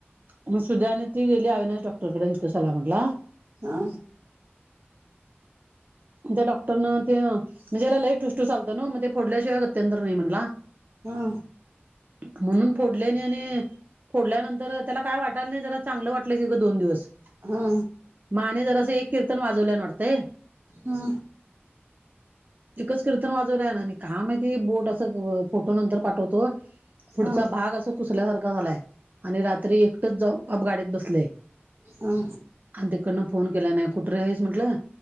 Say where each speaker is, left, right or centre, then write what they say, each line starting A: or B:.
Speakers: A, on the right; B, on the right.
A: मग सुद्या आणि ती गेली अविनाश डॉक्टरकडे इथं सलाम म्हटला.
B: हा,
A: त्या डॉक्टरन ते म्हणजे याला लई ठुसठूस ना मग ते फोडल्याशिवाय गत्यतर नाही म्हणला.
B: हा,
A: म्हणून फोडल्याने आणि. फोडल्यानंतर त्याला काय वाटायला नाही जरा चांगलं वाटलं कीं दोन दिवस.
B: हा,
A: मा आणि जरासं एक कीर्तन वाजवल्या वाटतेय.
B: हा,
A: एकच कीर्तन वाजव ना आणि का म्हणते बोट असं फोटो नंतर पाठवतो. पुढचा
B: ह
A: भाग असा कुसल्यासारखा झालाय आणि रात्री एकटच जाऊन आप गाडीत बसलय.
B: हा,
A: आणि तिकडनं फोन केला नाही कुठरे आहेस म्हटलं